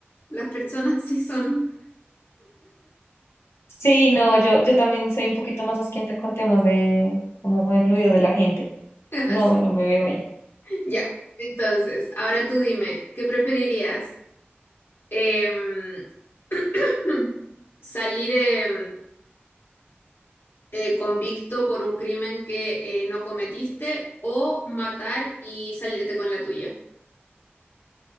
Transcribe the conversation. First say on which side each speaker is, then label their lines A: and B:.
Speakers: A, on the left; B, on the left.
A: Las personas sí son
B: Sí, no, yo, yo también soy un poquito más asquienta con temas de como de fluido de la gente.
A: <laughs>
B: No,
A: así.
B: no me veo ahí.
A: Ya, entonces, ahora tú dime, ¿qué preferirías? Em, <clears throat> salir, em, eh, convicto por un crimen que eh, no cometiste o matar y salirte con la tuya.